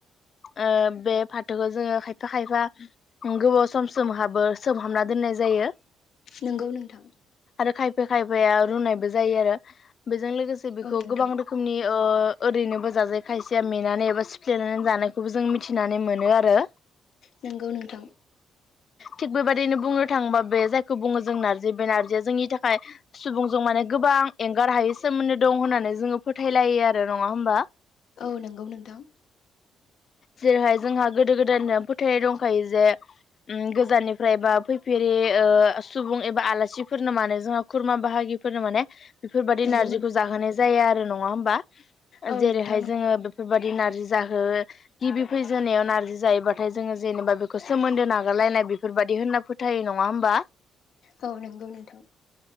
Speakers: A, on the left; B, on the left.
A: ओ बे फाथोखौ जोङो खायफा खायफा गोबाव सम सोमहाबो सोमहाबना दोननाय जायो।
B: नोंगौ नोंथां।
A: आरो खायफा खायफाया रुनायबो जायो आरो बेजों लोगोसे बेखौ
B: औ नोंथां
A: गोबां रोख ओ ओरैनोबो जाजायो खायसेया मेनानै एबा सिफ्लेनानै जानायखौबो जों मिथिनानै मोनो आरो
B: नोंगौ नोंथां।
A: थिग बेबायदिनो बुंनो थाङोबा बे जायखौ बुङो जों नार्जि बे नार्जिया जोंनि थाखाय सुबुंजों माने गोबां एंगार हायै सोमोन्दो दं होननानै जोङो फोथायलायो आरो नंङा होमबा?
B: औ नंगौ नोंथां
A: जेरैहाय जोंहा गोदो गोदायनि फोथायनाय दंखायो जे उम गोजाननिफ्राय बा फैफेरि ओ सुबुं एबा आलासिफोरनो माने जोंहा खुरमा बाहागिफोरनो माने बेफोरबादि
B: नंगौ
A: नारजिखौ जाहोनाय जाया आर नंङा होमबा?
B: औ
A: जेरैहाय
B: नोंथां
A: जोङो बेफ बेफोरबायदि नारजि जाहो गिबि फैजोनायाव नारजि जायोबाथ नाथाय जोङो जेनेबा बेखौ सोमोन्दो नागारलायनाय बेफोरबायदि होनना फोथायो नङा होमबा?
B: औ नंगौ नोंथां